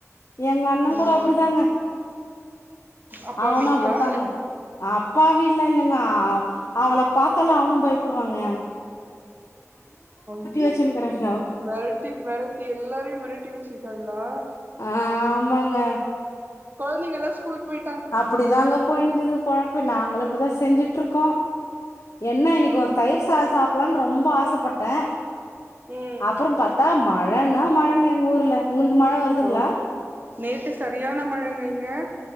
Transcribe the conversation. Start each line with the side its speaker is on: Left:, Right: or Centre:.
Left: எங்க அண்ண
Right: ம்
Left: கூட அப்படிதாங்க
Right: அப்பாவிங்களா
Left: அவனு அப்படித்தாங்க அப்பாவீல்லா இல்லங் ஆ அவள பாத்தால அவனு பயப்புடுவாங்க
Right: ஐயோ
Left: வச்சுனுக்கிறாங்க
Right: மெரட்டி மெரட்டி எல்லாரையு மெரட்டி வச்சிருக்காங்களா
Left: ஆமாங்க
Right: கொழந்தைங்கல்லா ஸ்கூல் போயி
Left: அப்பிடிதாங்கப் போய்ன்ங்கிது பொழப்பு நாங்களு இப்படிதா செஞ்சுட்டு இருக்கோ என்ன இன்னிக்கு
Right: ம்
Left: ஒரு தயிர் சா சாப் ப்லான் ரொம்ப ஆசப்பட்டே
Right: ம்
Left: அப்பறோம் பாத்தா மழன்னா மழங்க எங்க ஊர்ல உங்களுக்கு மழ வருதுங்களா
Right: ஹலோ நேத்து சரியான மழங்க இங்க